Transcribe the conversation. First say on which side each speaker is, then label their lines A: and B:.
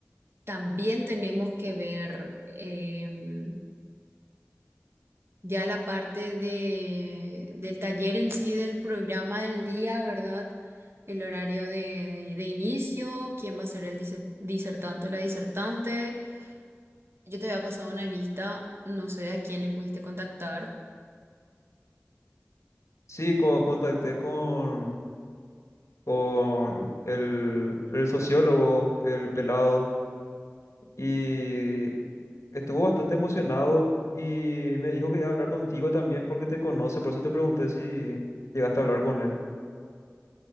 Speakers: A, on the right; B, on the left.
A: También tenemos que ver em, ya la parte de, del taller en sí, del programa del día, ¿verdad? El horario de, de- de inicio, quién va a ser el dise- disertante o la disertante. Yo te había pasado una lista, no sé a quién le pudiste contactar.
B: Sí, co- contacté con, con el, el sociólogo, el pelado. y estuvo bastante emocionado y me dijo que iba a hablar contigo también porque te conoce, por eso te pregunté si llegaste a hablar con él.